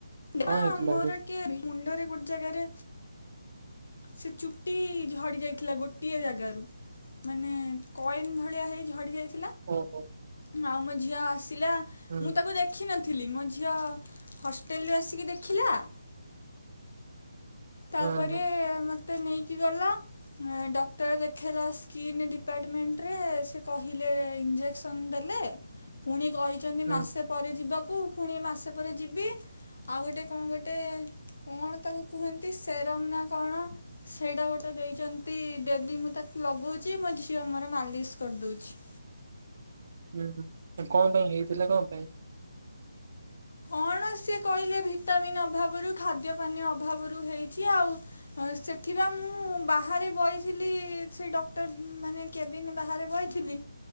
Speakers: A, on the left (about 70°); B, on the right (about 50°).
A: ହ
B: କଣ ହେଇଥିଲା
A: ମୋର
B: କି?
A: କେ ମୁଣ୍ଡରେ ଗୋଟେ ଜାଗାରେ ସେ ଚୁଟି ଝଡି ଯାଇଥିଲା ଗୋଟିଏ ଜାଗାରୁ ମାନେ କଏନ ଭଳିଆ ହେଇ ଝଡି ଯାଇଥିଲା।
B: ଓହୋ
A: ମାଉମ ଝିଅ ଆସ ଥିଲା
B: ହୁଁ
A: ମୁଁ ତାକୁ ଦେଖିିନ୍ ଥିଲି ମୋ ଝିଅ ହ ହୋଟେଲୁ ଆସିକି ଦେଖିଲା। ତାପରେ
B: ହଁ ହଁ
A: ମୋ ମୋତେ ନେଇକୀ ଗଲା ଡକ୍ଟର ଦେଖେଇଲା ସ୍କିନ ଡିପାର୍ଟମେଣ୍ଟ ରେ ସେ କହିଲେ ଇଞ୍ଜେସନ୍ ଦେଲେ ପୁଣି କହିଛନ୍ତି
B: ହୁଁ
A: ମାସେ ପରେ ଯିବ କ ତାକୁ ପୁଣି ମାସେ ପରେ ଯିବି ଆଉ ଗୋଟେ କଣ ଗୋଟେ କଣ ତାକୁ କୁହନ୍ତ। ସେରମ ନା କଣ ସେଇଟା ଗୋଟେ ଦେଇଛନ୍ତି ଡେଲି ମୁଁ ତାକୁ ଲଗଉଛି ମୋ ଝିଅ ମୋର ମାଲିସ କରିଦଉଛି।
B: ହୁଁ ହୁଁ କଣ ପାଇଁ ହେଇଥିଲେ କଣ ପାଇଁ
A: କଣ ସିଏ କହିଲେ ଭିଟାମିନ୍ ଅଭାବରୁ ଖାଦ୍ୟ ପାନୀୟ ଅଭାବରୁ ହେଇଛି ଆଉ ସେଥିିବା ମୁଁ ବାହାରେ ବଇଥିଲି ସେ ଡକ୍ଟର ମାନେ କେ୍ୟାବିନ୍ ବାହାରେ ବଇଥିଲି।